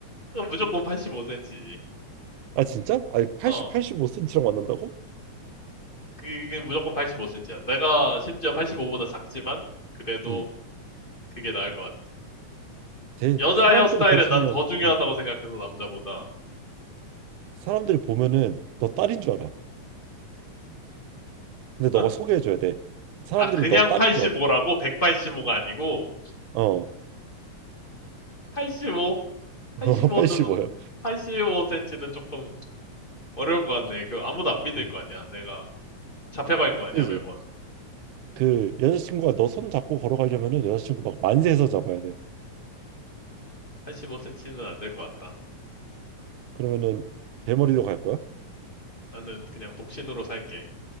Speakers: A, on the left; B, on the right.
A: 그럼 무조건 85cm지.
B: 아 진짜? 아니 8
A: 어,
B: 85cm랑 만난다고?
A: 그게 무조건 85cm야. 내가 심지어 85보다 작지만, 그래도
B: 응.
A: 그게 나을 것 같아.
B: 대,
A: 여자
B: 사람들이
A: 헤어스타일은
B: 대신에
A: 난 더 중요하다고
B: 응.
A: 생각해서 남자보다.
B: 사람들이 보면은 너 딸인 줄 알아. 근데 너가
A: 어?
B: 소개해줘야 돼. 사람들이
A: 아, 그냥
B: 너 딸인
A: 85라고
B: 줄 알아.
A: 185가 아니고
B: 어,
A: 85?
B: <laughs>
A: 85는
B: 85야.
A: 85cm는 조금 어려울 것 같네. 그 아무도 안 믿을 거 아니야. 내가 잡혀갈 거 아니야,
B: 그지?
A: 매번.
B: 그 여자친구가 너 손 잡고 걸어가려면은 여자친구 막 만세해서 잡아야 돼.
A: 85cm는 안 될 것 같다.
B: 그러면은 대머리로 갈 거야?
A: 나는 그냥 독신으로 살게.